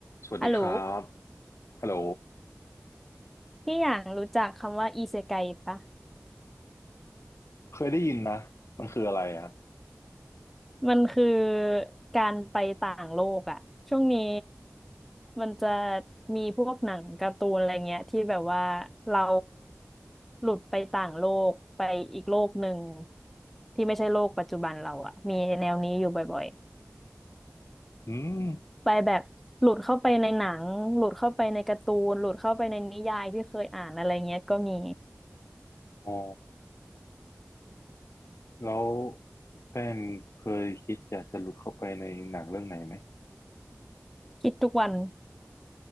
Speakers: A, on the left; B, in the centre.
A: สวัสดีครับ
B: ฮัลโหล
A: ฮัลโหล
B: พี่อย่างรู้จักคำว่าอิเซไกปะ
A: เคยได้ยินนะมันคืออะไรอ่ะ
B: มันคือการไปต่างโลกอะช่วงนี้มันจะมีพวกหนังการ์ตูนอะไรเงี้ยที่แบบว่าเราหลุดไปต่างโลกไปอีกโลกหนึ่งที่ไม่ใช่โลกปัจจุบันเราอะมีแนวนี้อยู่บ่อย
A: อืม
B: ๆไปแบบหลุดเข้าไปในหนังหลุดเข้าไปในการ์ตูนหลุดเข้าไปในนิยายที่เคยอ่านอะไรเงี้ยก็มี
A: อ๋อแล้วแป้งเคยคิดอยากจะหลุดเข้าไปในหนังเรื่องไหนไหม
B: คิดทุกวัน